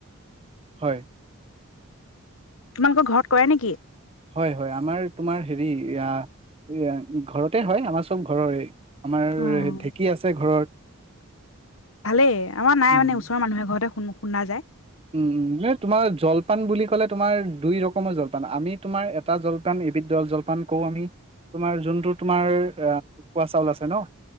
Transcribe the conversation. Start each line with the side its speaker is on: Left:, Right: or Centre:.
Right: হয়
Left: তোমালোকৰ ঘৰত কৰা নেকি
Right: হয় হয় আমাৰ তোমাৰ হেৰি ঘৰতে হয় আমাৰ চব ঘৰৰে আমাৰ
Left: অ',
Right: ঢেঁকী আছে ঘৰত
Left: ভালেই আমাৰ নাই
Right: উম
Left: মানে ওচৰৰ মানুহে ঘৰতে শুন শুনা যায়
Right: উম উম ন তোমাৰ জলপান বুলি ক'লে তোমাৰ দুই ৰকমৰ জলপান আমি তোমাৰ এটা জলপান এবিধ জলপান কওঁ আমি তোমাৰ যোনটো তোমাৰ উকোৱা চাউল আছে ন